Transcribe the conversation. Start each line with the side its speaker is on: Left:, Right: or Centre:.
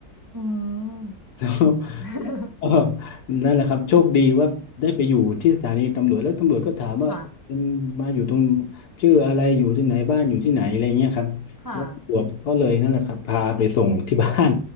Right: อืม
Left: แล้วก็
Right: <laughs>
Left: <laughs> นั่นแหละครับโชคดีว่าได้ไปอยู่ที่สถานีตำรวจแล้วตำรวจก็ถามว่าเป็นมาอยู่ตรง
Right: ค่ะ
Left: ชื่ออะไรอยู่ที่ไหนบ้านอยู่ที่ไหนอะไรเงี้ยครับแล้วตำรวจก็เลยนั่นแหละครับพาไปส่งที่บ้าน
Right: ค่ะ